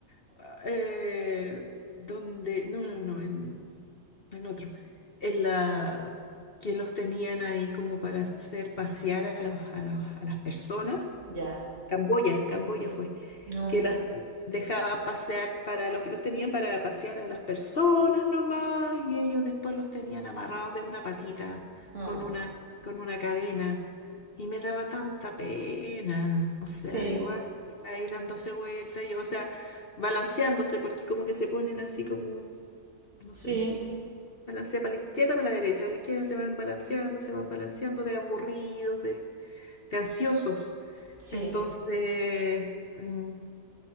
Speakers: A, on the left; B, on the right.
A: Ah, eh, donde, no, no, no, en, en otro. En la, que los tenían ahí como para hacer pasear a los, a los- a las personas
B: Ya,
A: Camboya, Camboya fue,
B: no.
A: que las dejaban pasear para los que los tenían para pasear a las personas nomás y ellos después los tenían amarrados de una patita
B: Ah,
A: con una, con una cadena y me daba tanta pena, o sea,
B: Sí,
A: igual ahí dándose vuelta, yo, o sea, balanceándose porque como que se ponen así como, no
B: sí,
A: sé, y balancea para la izquierda, para la derecha, a la izquierda se van balanceando, se van balanceando de aburridos, de de ansiosos.
B: sí,
A: Entonces, mm,